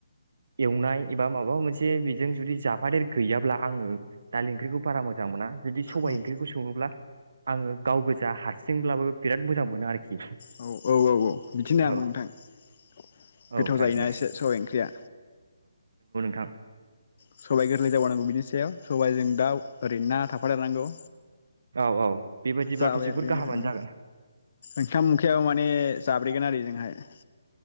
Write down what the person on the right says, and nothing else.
एवनाय एबा माबा मोनसे बेजों जुदि जाफादेर गैयाब्ला आङो दालि ओंख्रिखौ बारा मोजां मोना जुदि सबायाइ
ओंख्रिखौ सङोब्ला आङो गाव गोजा हारसिंब्लाबो बिराद मोजां मोनो आरोखि
औ
औ थारैनो
थां
औ औ बेबायदिब्लाथ'
जोबोद
गाहामानो
जागोन